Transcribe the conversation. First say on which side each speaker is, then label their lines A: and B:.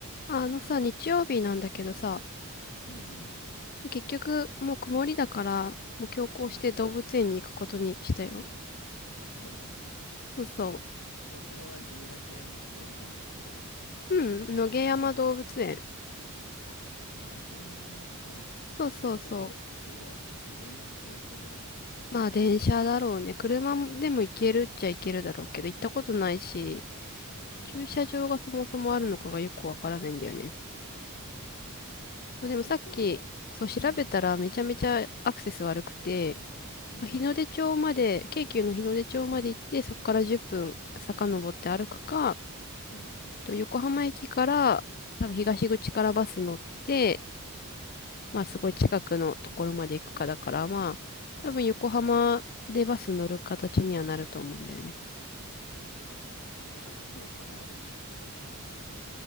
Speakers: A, on the left; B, on the left.
A: あのさ、日曜日なんだけどさ、
B: うんうん、
A: 結局もう曇りだから、もう強行して動物園に行くことにしたよ。
B: うん。あ、そうなの
A: そうそ
B: え、それはズーラシア動物園ってこと
A: う。うん、野毛山動物園。
B: あ、野毛山か。
A: そうそうそ
B: え、ってことは車それとも電車
A: う。まあ電車だろうね。車でも行けるっちゃ行けるだろうけど、行ったことないし、
B: うん、
A: 駐車場がそもそもあるのかがよくわからないんだよね。
B: そうだね。
A: そうでもさっき、
B: あそこ、
A: そう調べたらめちゃめちゃアクセス悪くて、
B: うん、うん、
A: まあ日の出町まで、
B: うん、
A: 京急の日の出町まで行って、そこから10分遡って歩くか、
B: うん、うん、
A: と、横浜駅から、多分東口からバス乗って、まあすごい近くのところまで行くかだから、
B: うんうんうんうんうん
A: まあ多分横浜でバス乗る形にはなると思うんだよね。
B: うんまあそうだね。あとさ、桜木町から歩くっていうパターンもあるよね。